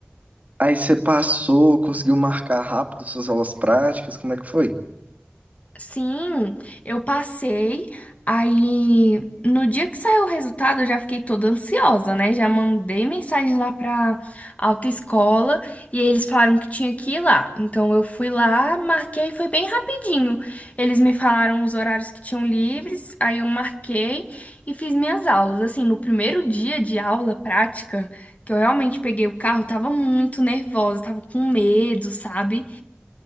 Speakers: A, on the right; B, on the left.
A: Aí você passou, conseguiu marcar rápido suas aulas práticas, como é que foi?
B: Sim, eu passei. Aí, no dia que saiu o resultado, eu já fiquei toda ansiosa, né? Já mandei mensagem lá pra autoescola e eles falaram que tinha que ir lá. Então, eu fui lá, marquei, foi bem rapidinho. Eles me falaram os horários que tinham livres, aí eu marquei e fiz minhas aulas. Assim, no primeiro dia de aula prática, que eu realmente peguei o carro, eu tava muito nervosa, tava com medo, sabe?